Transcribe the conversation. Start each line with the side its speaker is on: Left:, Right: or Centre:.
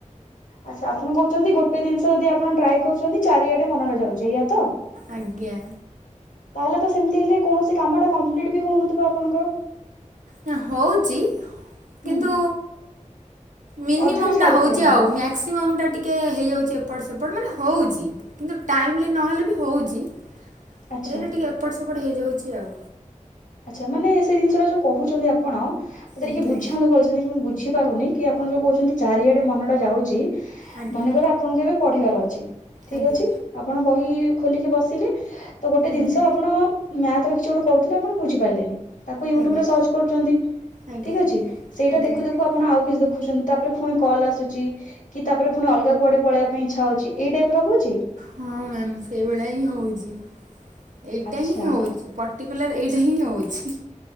Left: ଆଚ୍ଛା ଆପଣ କହୁଛନ୍ତି ଗୋଟେ ଜିନିଷ ଯଦି ଆପଣ ଟ୍ରାଏ କରୁଛନ୍ତି ଚାରିଆଡେ ମନଟା ଯାଉଛିେ ଏଇଆା ତ
Right: ଆଜ୍ଞା।
Left: ତାହେଲେ ତ ସେମିତି ହେଲେ କୌଣସି କାମ ଟା କମ୍ପ୍ଲିଟ ବି ହଉନଥିବ ଆପଣଙ୍କର?
Right: ନା ହଉଛି କିନ୍ତୁ
Left: ହୁଁ।
Right: ମିନିମମ୍ଟା
Left: ଅଧାରେ ଛାଡୁଥିବ
Right: ହେଉଛି
Left: ମ୍ୟାମ
Right: ଆଉ ମ୍ୟା ମାକ୍ସିମମ୍ ଟା ଟିକିଏ ହେଇଯାଉଛି ଏପଟ ସେପଟ ମାନେ ହେଉଛି କିନ୍ତୁ ଟାଇମଲି ନହେଲେ ବି ହେଉଛି ହେଲେଟା
Left: ଆଚ୍ଛା
Right: ଟିକେ ଏପଟ ସେପଟ ହେଇଯାଉଛି ଆଉ
Left: ଆଚ୍ଛା ମାନେ ସେ ଜିନିଷ ଟା ଯୋଉ କହୁଛନ୍ତି ଆପଣ ମୋତେ
Right: ଆଜ୍ଞା
Left: ଟିକେ ବୁଝାନ୍ତ ଭଲଛନ୍ତି କି ମୁଁ ବୁଝିପାରୁନି। କି ଆପଣ ଯୋଉ କହୁଛନ୍ତି ଚାରିଆଡେ ମନ ଟା ଯାଉଛି
Right: ଆଜ୍ଞା
Left: ମନେକର ଆପଣଙ୍କୁ ଏବେ ପଢିବାର ଅଛି। ଠିକ
Right: ଆଜ୍ଞା।
Left: ଅଛି ଆପଣ ବହି ଖୋଲିକି ବସିଲେ ତ ଗୋଟେ
Right: ଆଜ୍ଞା
Left: ଜିନିଷ ଆପଣ ମ୍ୟାଥରେ କିଛି ଗୋଟେ କରୁଥିଲେ ଆପଣ ବୁଝିପାରିଲେନି ତାକୁ ୟୁଟ୍ୟୁବ
Right: ଆଜ୍ଞା ଆଜ୍ଞା
Left: ରେ ସର୍ଚ୍ଚ କରୁଛନ୍ତି
Right: ଆଜ୍ଞା।
Left: ଠିକ ଅଛି ସେଇଟା
Right: ଆଜ୍ଞା।
Left: ଦେଖୁ ଦେଖୁ ପଣ ଆଉ କିଛି ଦେଖୁଛନ୍ତି ତାପରେ ପୁଣି କଲ୍ ଆସୁଛି କି ତାପରେ ପୁଣି ଅଲଗା କୁଆଡେ ପଳବା ପାଇଁ ଇଚଛା ହଉଛିଇ ଟାଇପ ର ହଉଛି
Right: ହଁ ମ୍ୟାମ୍ ସେଇଭଳିଆ ହିଁ ହଉଛି ଏଇଟା
Left: ଆଚ୍ଛା
Right: ହିଁ ହଉଛି। ପର୍ଟିକୁଲାର ଏଇଟା ହିଁ ହେଉଛି।